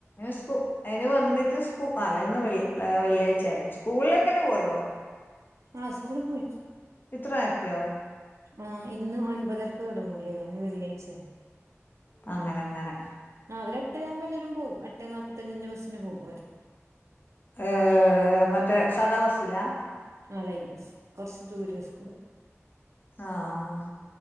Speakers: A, on the left; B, on the right.
A: സ്കൂ അയിന് വന്നിട്ട് സ്കൂ അല്ല ഇന്ന് വെളളി വെള്ളിയാഴ്ചയാല്ലെ സ്കൂളിലേക്കെന്നെ പോയോ
B: ആ സ്കൂളിൽ പോയി
A: ഇത്ര നേരെത്തെയോ?
B: ആ ഇന്ന് ഒൻപതരക്ക് തുടങ്ങൂലേ ഇന്ന് വെള്ളിയാഴ്ച്ചാ
A: അങ്ങനങ്ങനെ
B: ആ അവരെട്ടേയാവുമ്പോ എല്ലാരും പോവും എട്ടേ നാപ്പത്തഞ്ചിന്റെ ബസ്സിന് പോവും അവര്
A: ഏഹ് മറ്റേ സാദാ ബസിലാ
B: ആ ലൈൻ ബസ് കൊറച്ച് ദൂരെയാ സ്കൂള്
A: ആഹ്